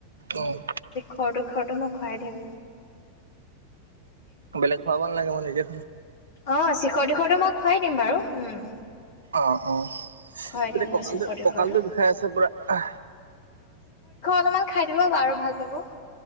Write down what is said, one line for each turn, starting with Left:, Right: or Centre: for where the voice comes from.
Right: উম
Left: খৰটো খৰটো মই খুৱাই দিম
Right: বেলেগ খাব নালাগে মানে যে
Left: অ শিখৰ দিশটো মই খুৱাই দিম বাৰু উম
Right: অ অ
Left: খুৱাই
Right: তেতিয়া
Left: দিম মই
Right: কঁকালটো
Left: শিখৰ তিখৰটো
Right: কঁকালটোৰ বিষয়ে আছে পুৰা
Left: অলমান খাই দিব বা আৰু ভাল পাব